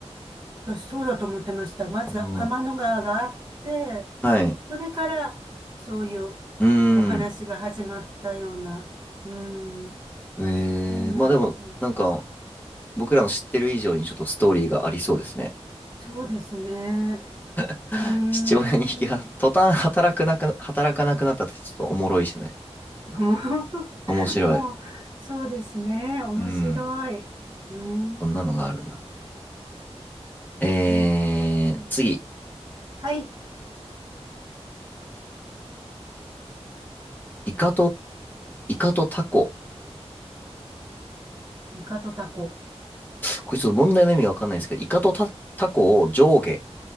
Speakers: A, on the right (about 35°); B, on the left (about 15°).
A: 私そうだと思ってました。まず天の川があって、
B: うん。はい。
A: それからそういう
B: うー
A: お話が始まったような。
B: ん。
A: うん、
B: えー、
A: そうなんだ。
B: まあでも、なんか、僕らの知ってる以上にちょっとストーリーがありそうですね。
A: そうですね。
B: <gasps> <laughs>
A: うーん。
B: 父親に引きは、途端働くなく、働かなくなったってちょっとおもろいしね。
A: <laughs> も
B: 面白い。
A: う、<laughs> もう、そうですね。面白い。
B: うん。
A: うーん。
B: そんなのがあるんだ。えー、
A: ねえ。
B: 次。
A: はい。
B: イカと、イカとタコ。
A: イカとタコ。
B: これちょっと問題の意味がわかんないんですけど、イカとタ、タコを上下。